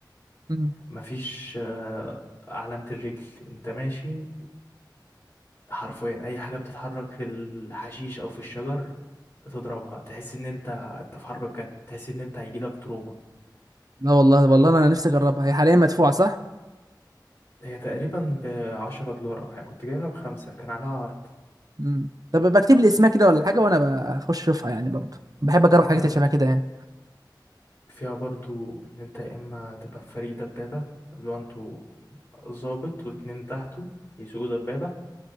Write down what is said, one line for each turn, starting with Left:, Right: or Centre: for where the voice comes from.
Right: أمم.
Left: مفيش آه، علامة الرجل انت ماشي حرفيا اي حاجة بتتحرك في الحشيش او في الشجر تضربها تحس ان انت انت في حرب بجد تحس ان انت هيجيلك تروما
Right: لا والله والله انا نفسي اجربها هي حاليا مدفوعه صح
Left: هي تقريبا بعشرة دولار او حاجة كنت جايبها بخمسة كان عليها عرض
Right: امم طب بكتب لي اسمها كده ولا حاجه وانا بخش اشوفها يعني برضه بحب اجرب حاجات
Left: ده
Right: شبه كده يعني
Left: فيها برضو ان انت يا اما تبقى في فريق دبابة اللي هو انتوا ظابط واتنين تحته يسوقوا دبابة